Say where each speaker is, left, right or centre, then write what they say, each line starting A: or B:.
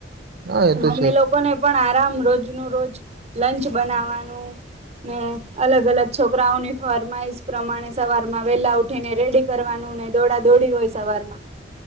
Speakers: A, on the right; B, on the right.
A: હા એ તો
B: મમ્મી
A: છે જ
B: લોકોને પણ આરામ રોજ જ નો રોજ લંચ બનાવાનું ને અલગ અલગ છોકરાઓની ફરમાઈશ પ્રમાણે સવારમાં વેલા ઉઠીને રેડી કરવાનું ને દોડા દોડી હોય સવારમાં